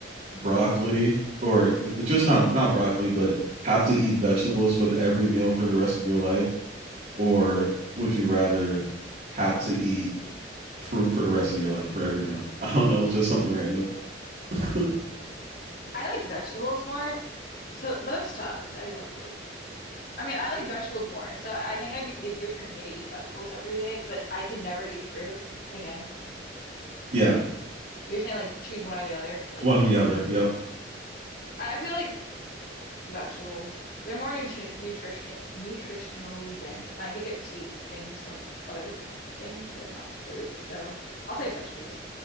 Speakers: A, on the right; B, on the left.
A: broccoli or just not not broccoli, but have to eat vegetables with every meal for the rest of your life, or would you rather have to eat fruit for the rest of your life for every meal? <laughs> I don't know, it's just something random. <laughs>
B: I like vegetables more. So, but that's tough because I love fruit. I mean, I like vegetables more. So I think it'd be easier for me to eat vegetables every day, but I can never eat fruit again.
A: yeah,
B: You're saying like choose one or the other. Like
A: one or the other. Yep.
B: I feel like vegetables. They're more nutri nutrition nutritionally dense, and I could get sweet things from other things that are not fruit. So I'll say vegetables.